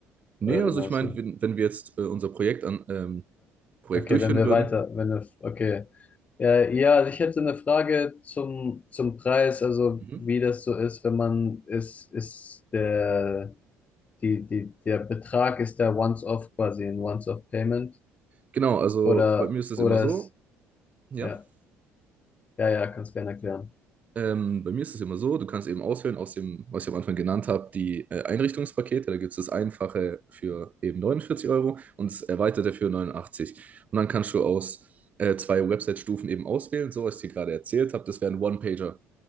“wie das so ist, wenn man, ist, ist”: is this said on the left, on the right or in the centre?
Left